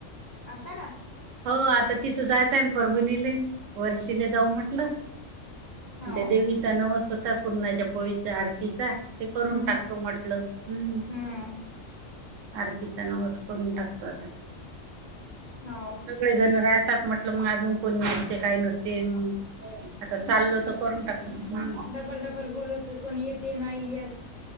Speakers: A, on the left; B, on the right.
A: आत्ता रा
B: हो आता तिथं जायचं आहे ना परभणीले वर्षीले जाऊ म्हटलं.
A: हो.
B: त्या देवीचा नवस होतात पूर्णाच्या पोळीचार. तिचा ते करून
A: हम्म
B: टाकतो
A: हम्म.
B: म्हटलं हम्म.
A: हम्म
B: आरतीचा नवस करून टाकतो आता.
A: हाव.
B: सगळे जण राहतात म्हटलं मग अजून कोणी नसते काही नसते मग. आता चालल तर करून टाक ह.
A: वर डबल बोलवत कोणी येते नाही येत